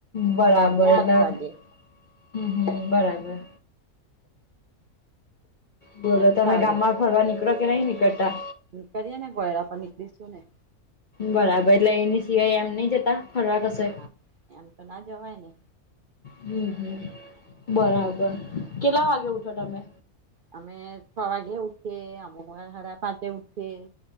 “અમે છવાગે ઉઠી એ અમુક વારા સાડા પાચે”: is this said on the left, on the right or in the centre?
Right